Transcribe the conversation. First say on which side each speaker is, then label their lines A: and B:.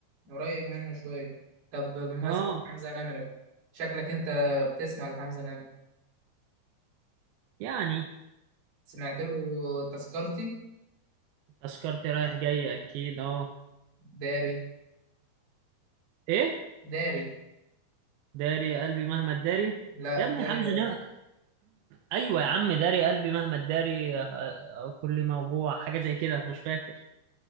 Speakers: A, on the right; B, on the right.
A: قريب منه شوية طب بمناسبة
B: اه
A: حمزة نمرة شكلك انت بتسمع لحمزة نمرة
B: يعني
A: سمعت له تذكرتي
B: تذكرتي رايح جاي اكيد اه
A: داري
B: ايه
A: داري
B: داري قلبي مهما تداري
A: لا
B: يا ابني
A: داري
B: حمزة نمرة ايوه يا عم داري قلبي مهما تداري آه، آه، كل موجوع حاجه زي كده مش فاكر